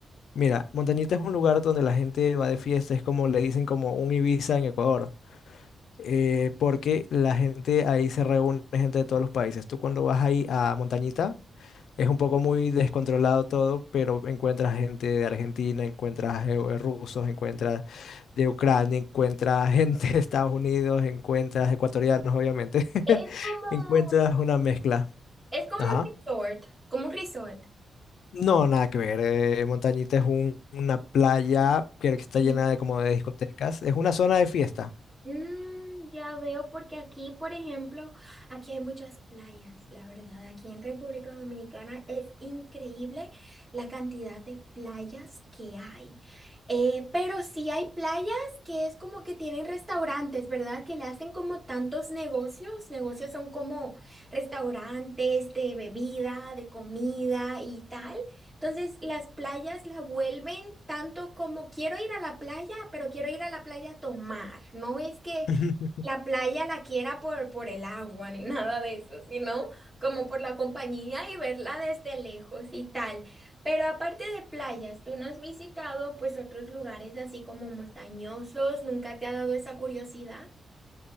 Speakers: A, on the left (about 80°); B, on the right (about 20°).
A: Mira, Montañita es un lugar donde la gente va de fiesta, es como le dicen como un Ibiza en Ecuador. eh, porque la gente ahí se reúne, gente de todos los países. Tú cuando vas ahí a Montañita, es un poco muy descontrolado todo, pero encuentras gente de Argentina, encuentras eh, eh, rusos, encuentras de Ucrania, encuentras <laughs> gente de Estados Unidos, encuentras ecuatorianos, obviamente. <laughs>
B: Es como,
A: Encuentras una mezcla.
B: es como
A: Ajá.
B: un resort, como un resort.
A: No, nada que ver. eh, Montañita es un- una playa que está
B: Sí.
A: llena de como de discotecas. Es una zona de fiesta.
B: Mm, ya veo, porque aquí, por ejemplo, aquí hay muchas playas, la verdad. Aquí en República Dominicana es increíble la cantidad de playas que hay. Eh, pero sí hay playas que es como que tienen restaurantes, ¿verdad? Que le hacen como tantos negocios. Negocios son como restaurantes de bebida, de comida y tal. Entonces, las playas la vuelven tanto como quiero ir a la playa, pero quiero ir a la playa a tomar. No es que
A: <laughs>
B: la playa la quiera por, por el agua <laughs> ni nada de eso, sino como por la compañía y verla desde lejos y tal. Pero aparte de playas, ¿tú no has visitado pues otros lugares así como montañosos? ¿Nunca te ha dado esa curiosidad?